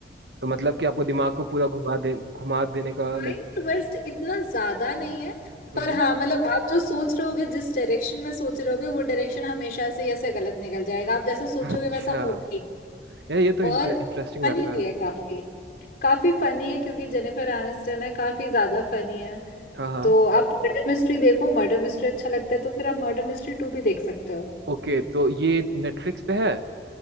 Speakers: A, on the right; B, on the left.
A: तो मतलब कि आपको दिमाग को पूरा घुमा दे घुमा देने का
B: माइंड
A: लाइक
B: ट्विस्ट इतना ज्यादा नहीं है
A: हम्म
B: पर हाँ मतलब आप जो सोच रहे होगे जिस डायरेक्शन में सोच रहे होगे वो डायरेक्शन हमेशा से ही ऐसे गलत निकल जाएगा आप जैसा सोचोगे
A: अच्छा
B: वैसा होगा ही नहीं।
A: यार ये तो
B: और
A: इंटरेस्टिंग
B: फनी
A: लग रहा
B: भी है
A: है
B: काफी काफी फनी है क्योंकि जेनिफर एनिस्टन है काफी ज्यादा फनी है
A: हाँ हाँ
B: तो आप मर्डर मिस्ट्री देखो मर्डर मिस्ट्री अच्छा लगता है तो फिर आप मर्डर मिस्ट्री टू भी देख सकते हो
A: ओके तो ये नेटफ्लिक्स पे है